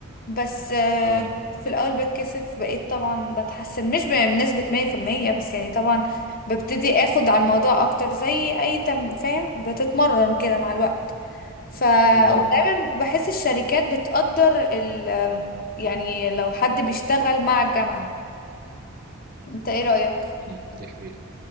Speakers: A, on the left (about 45°); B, on the right (about 45°).
A: بس آه،
B: اه
A: كنت في الأول بتكسف بقيت طبعا بتحسن مش بنسبة مية في المية بس يعني طبعا ببتدي اخد على الموضوع اكتر زي اي تم فاهم بتتمرن كده مع الوقت ف
B: امم
A: ودايما بحس الشركات بتقدر ال يعني لو حد بيشتغل مع الجامعة انت ايه رأيك؟
B: دي حقيقه